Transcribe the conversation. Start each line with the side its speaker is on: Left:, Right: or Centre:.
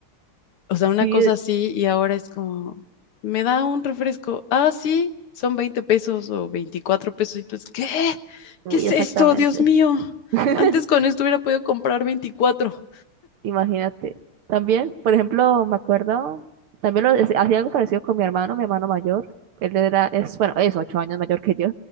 Left: O sea, una
Right: Sí,
Left: cosa así y ahora es como, me da un refresco. Ah, sí, son 20 pesos o 24 pesos. Y tú es, ¿qué?
Right: muy
Left: ¿Qué es
Right: exactamente.
Left: esto? Dios mío.
Right: <laughs>
Left: Antes con esto hubiera podido comprar veinticuatro
Right: Imagínate. También, por ejemplo, me acuerdo, también lo, hacía algo parecido con mi hermano, mi hermano mayor. Él era, es, bueno, es ocho años mayor que yo.